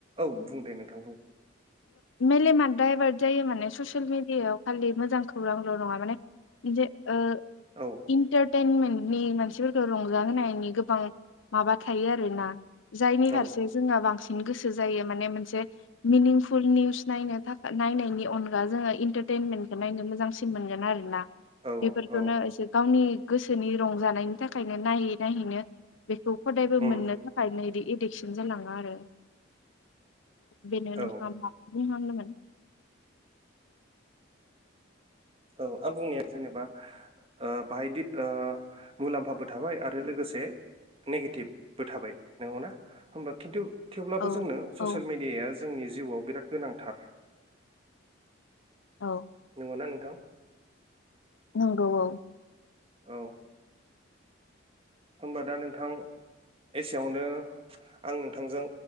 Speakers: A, on the right; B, on the left.
A: औ बुं दे नोंथां। बुं।
B: मेलेमा डाइभार्ट जायो माने ससियेल मिडियायाव खालि मोजां खौरांल' नङा माने जे अ
A: औ
B: इन्टार। टेनमेन्टनि मानसिफोरखौ रंजाहोनायनि गोबां माबा थायो आरोना। जायनि फारसे
A: औ
B: जोंना बांसिन। गोसो जायो माने मोनसे मिनिंफु फुल निउस नायनो थाखा नायनायनि अनगा जोङो इन्टारटेनमेन्टखौ नायनो मोजांसिन मोनगोन आरो ना।
A: औ
B: बेफोरखौनो
A: औ
B: एसे गावनि गोसोनि रंजानायनि थाखायनो नायै नायैनो बेखौ हदायबो
A: उम
B: मोननो थाखायनो इदि एडिक्सन जालाङा आरो। बेनोनो
A: औ
B: बुंहांदोंमोन?
A: औ आं बुंनाया जेनेबा ओ बाहायदि ओ मुलाम्फाबो थाबाय आरो लोगोसे नेगेटिभबो थाबाय नंगौना होनबा खिन्थु थेवब्लाबो
B: औ
A: जोंनो
B: औ
A: ससियेल मेडियाया जोंनि जिउआव बिराद गोनांथार
B: औ
A: नंगौना नोंथां?
B: नंगौ औ।
A: औ होमबा दा नोंथां एसेयावनो आं नोंथांजों